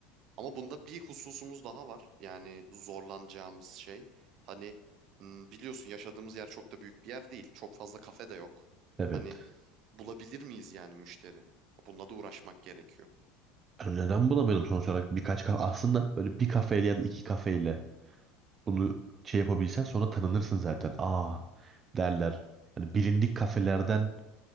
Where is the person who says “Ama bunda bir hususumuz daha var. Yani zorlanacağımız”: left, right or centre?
Right